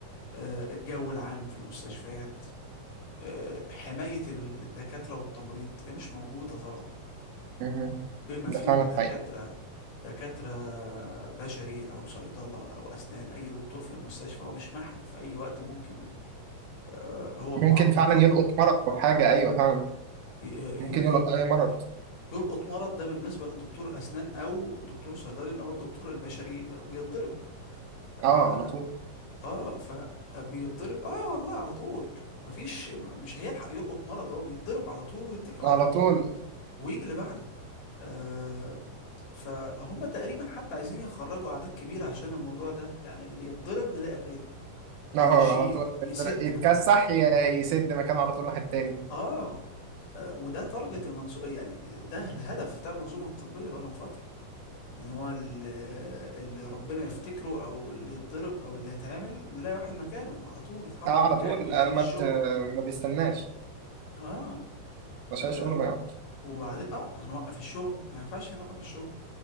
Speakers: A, on the left (about 75°); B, on the right (about 80°).
A: آه، الجو العام في المستشفيات آه، حماية الدكاترة والتمريض آه، مش موجودة طبعا
B: مهم.
A: بما فيهم
B: ده فعلا
A: دكاترة
B: حقيقي
A: دكاترة بشري أو صيدلة أو أسنان أي دكتور في المستشفى هو مش محمي في أي وقت ممكن آه، هو معرض
B: ممكن فعلا
A: للخطر
B: يلقط مرض او حاجه ايوه فعلا
A: ي- آه، ي-
B: ممكن يلقط
A: يلقط
B: اي مرض
A: يلقط مرض ده بالنسبة للدكتور الأسنان أو دكتور صيدلي إنما الدكتور البشري بيتضرب آه
B: اه على طول
A: آه، فبيتضرب آه والله على طول مفيش م- مش هيلحق يلقط مرض هو بيتضرب على طول ويتكل
B: على
A: على الله
B: طول
A: ويجي اللي بعده آه فهم تقريبا حتى عايزين يخرجوا أعداد كبيرة عشان الموضوع ده يعني اللي يتضرب نلاقي غيره يشيل
B: اه على طول
A: يسد
B: يقدر يتكسح
A: مكانه
B: ي- يسد مكانه على طول واحد تاني
A: آه آه، وده تارجت المنظومة يعني ده الهدف بتاع المنظومة الطبية بقالهم فترة ان هو ال- اللي ربنا يفتكره او اللي يتضرب او اللي يتعامل نلاقي واحد مكانه على طول يتحط
B: اه على
A: مكانه
B: طول
A: يشيل
B: آه، ما
A: الشغل
B: ت- ما بيستناش
A: اه,
B: عشان
A: آه
B: الشغل ما يقعدش
A: وبعدين اه هنوقف الشغل ما ينفعش نوقف الشغل